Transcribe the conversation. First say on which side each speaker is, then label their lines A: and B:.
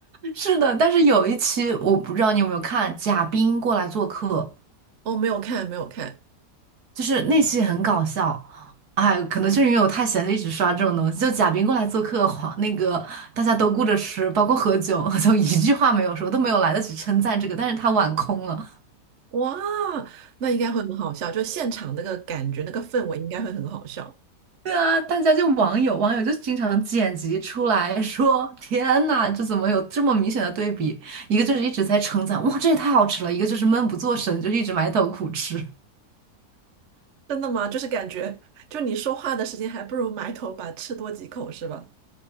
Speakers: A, on the right; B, on the right.
A: 是的，但是有一期我不知道你有没有看，贾冰过来做客。
B: 我没有看，没有看。
A: 就是那期很搞笑，哎，可能就是因为我太闲了，一直刷这种东西。就贾冰过来做客，黄那个大家都顾着吃，包括喝酒，<laughs> 就一句话没有说，都没有来得及称赞这个，但是他碗空了。
B: 哇，那应该会很好笑，就现场那个感觉，那个氛围应该会很好笑。
A: 对啊，大家就网友网友就经常剪辑出来 <laughs> 说：“天呐，这怎么有这么明显的对比？一个就是一直在称赞，哇，这也太好吃了；一个就是闷不作声，就是一直埋头苦吃。”
B: 真的吗？就是感觉，就你说话的时间，还不如埋头把吃多几口，是吧？